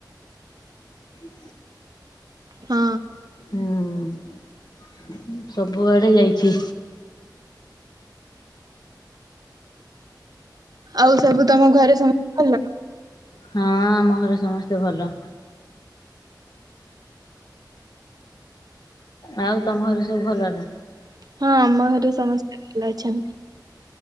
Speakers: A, on the left; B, on the right.
A: ହୁ
B: ହଁ।
A: ହୁଁ। ସବୁଆଡେ ଯାଇଛି।
B: ଆଉ ସବୁ ତମ ଘରେ ସମସ୍ତେ ଭଲ?
A: ହଁ ଆମ ଘରେ ସମସ୍ତେ ଭଲ।
B: ହଁ
A: ଆଉ ତମ ଘରେ ସବୁ ଭଲ ନା?
B: ଆମ ଘରେ ସମସ୍ତେ ଭଲ ଅଛନ୍ତି।